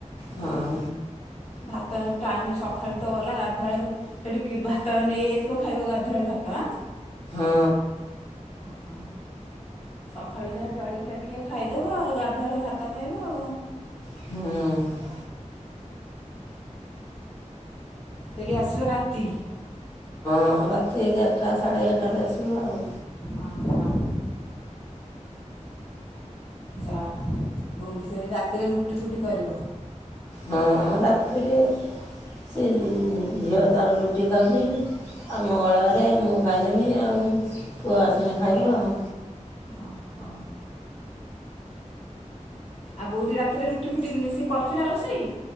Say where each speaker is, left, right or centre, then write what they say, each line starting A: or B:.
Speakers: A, on the left; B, on the left.
A: ହଁ।
B: ଭାତ ଟାଇମ ରେ ସକାଳୁ ତ ଗଲା ଗାଧୁଆ ବେଳେ ସେଠି କି ଭାତ ନେଇ ଆଇଥିବ ଖାଇବ ଗାଧୁଆଳେ ଭାତ ଆଁ?
A: ହଁ।
B: ହଁ ସକାଳୁ ଯାହା ଜଳଖିଆ ଟିକେ ଖାଇଦବ ଆଉ ଗାଧୁଆଳେ ଭାତ ଖାଇବ ଆଉ।
A: ହୁଁ।
B: ଫେରି ଆସିବ ରାତି?
A: ହଁ ରାତି ଏଗାରଟା ସାଢ଼େ ଏଗାରଟାରେ ଆସିବ ଆଉ।
B: ଅଁ ହଁ ଯା ବୋଉଠି ଫେରେ ରାତିରେ ରୁଟି ଫୁଟି କରିବ?
A: ହଁ ରାତିରେ ସେ ଝିଅ ତାର ରୁଟି ଖାଉଛି। ଆଉ ମଙ୍ଗଳବାରେ ମୁଁ ଖାଇଦେମି ଆଉ ପୁଅ ଆସିଲେ ଖାଇବ ଆଉ।
B: ଓହୋ। ଆଉ ବଉଠି ରାତିରେ ରୁଟି ଫୁଟି ମିଶି କରୁଚି ନା ରୋଷେଇ?